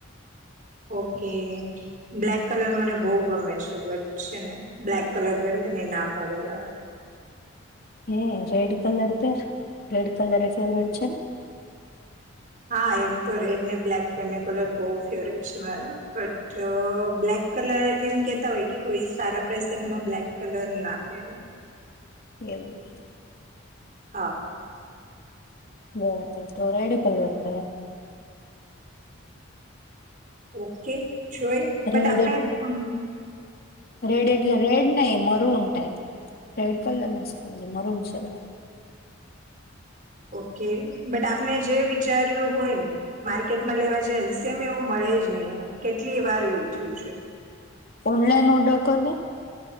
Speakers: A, on the right; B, on the left.
A: ઓકે બ્લેક કલર મને બહ ગમે છે બટ છે ને બ્લેક કલર પહેરવાને ના પાડીેાર
B: હ રેડ કલર પે રેડ કલર એ ફેવરેટ છે ને
A: હા એમ તો રેડ ને બ્લેક બંને કલર બહ ફેવરેટ છે મારા તો બ્લાક કલર એમ કેતા હોય કે કોઈ સારા પ્રસંગ માં બ્લેક કલર ના આપે
B: એવું છે
A: હ,
B: બોરડ તો રાયડુ કલાર ત
A: ઓકે, જોઈ
B: પેર
A: બટ
B: રેડ
A: આપને
B: એટ
A: હમ્મ,
B: રેડ એટલે રેડ, નહી મરુન ટાઈપ. રેડ કલરના સે મરુન સે
A: ઓકે, બટ આપને જે વિચાર્યું હોય, ને માર્કેટમાં લેવા જાય સેમ એવું મળે જ નહી, યાર કેટલી વાર એવું થયું છે.
B: ઓનલાઈન ઓર્ડર કરને,